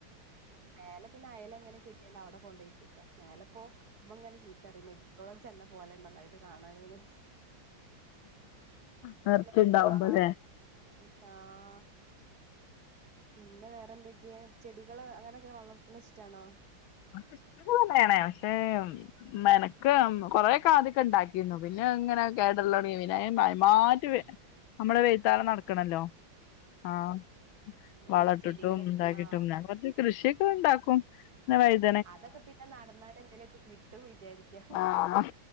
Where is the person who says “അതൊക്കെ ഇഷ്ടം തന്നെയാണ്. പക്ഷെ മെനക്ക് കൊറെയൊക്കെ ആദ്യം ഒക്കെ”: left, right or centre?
Left